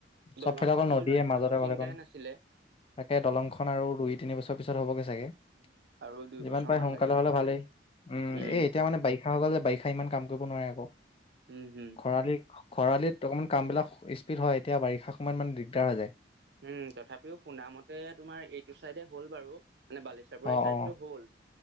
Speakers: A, on the right; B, on the left.
A: দলংখন
B: চবফালে অকল
A: হৈ
B: নদীয়ে
A: যোৱাহেঁতেন
B: মাজতে
A: আকৌ চিন্তাই
B: ভালে তাকে
A: নাছিলে
B: দলংখনন আৰু দুই তিন বছৰ পিছত। ত হ'বগে চাগে।
A: আৰু দুই
B: যিমান
A: বছৰ
B: পাৰে
A: মান
B: সোনকালে
A: লাগিব
B: হ'লে
A: কিজানি
B: ভালেই উম
A: উম
B: এই এতিয়া মানে বাৰিষা হকলল যে বা। ইমান কাম কৰিব নোৱাৰে আকৌ
A: উম হম
B: খৰালি খৰালিত অকণমান কামবিলাক স্পীড হয় এতিয়া বাৰিষা সময়ত মানে দিগদাৰ হৈ যায়
A: উম তথাপিও শুনামতে তোমাৰ এইটো চাইডে হ'ল বাৰু মানে বালিচাপৰি
B: অ
A: চাইডটো
B: অ
A: হ'ল